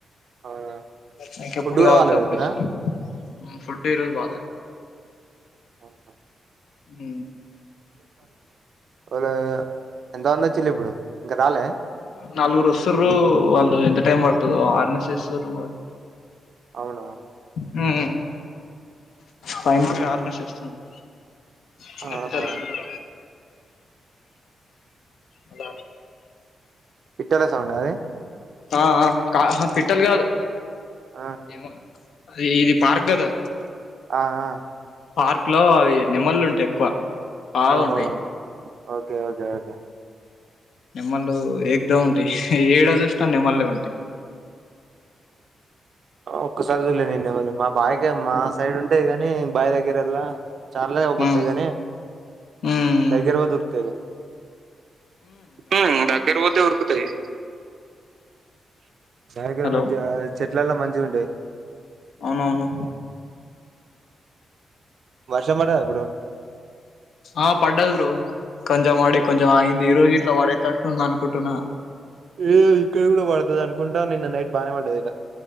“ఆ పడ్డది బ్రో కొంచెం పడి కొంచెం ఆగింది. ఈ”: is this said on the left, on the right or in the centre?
Left